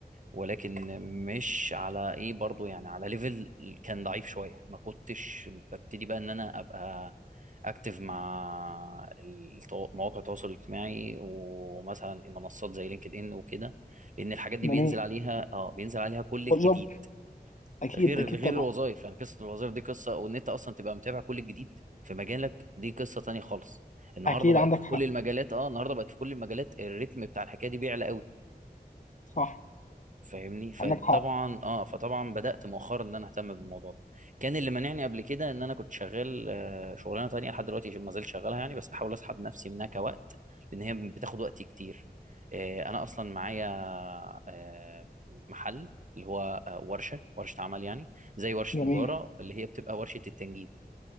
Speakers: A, on the right; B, on the left.
A: ولكن مش على ايه برضو يعني على ليفل كان ضعيف شويه ما كنتش ببتدي بقى ان انا ابقى اكتف مع التو- مواقع التواصل الاجتماعي ومثلا منصات زي لينكد ان وكده لان الحاجات دي
B: جميل
A: بينزل عليها اه بينزل عليها كل
B: وجب
A: الجديد
B: اكيد
A: غير
B: اكيد
A: غير
B: طبعا
A: الوظائف يعني قصه الوظائف دي قصه وان انت اصلا تبقى متابع كل الجديد في مجالك دي قصه تانية خالص النهارده
B: اكيد
A: بقت
B: عندك
A: في كل
B: حق
A: المجالات اه النهارده بقت في كل المجالات الريتم بتاع الحكايه دي بيعلى قوي
B: صح
A: فاهمني فطبعا
B: عندك حق
A: اه فطبعا بدات مؤخرا ان انا اهتم بالموضوع ده كان اللي منعني قبل كده ان انا كنت شغال آه، شغلانه تانية لحد دلوقتي ما زلت شغالها يعني بس بحاول اسحب نفسي منها كوقت لان هي بتاخد وقتي كتير آه، انا اصلا معايا آه، محل اللي هو آه، ورشه ورشه عمل يعني زي ورشه
B: جميل
A: نجاره اللي هي بتبقى ورشه التنجيد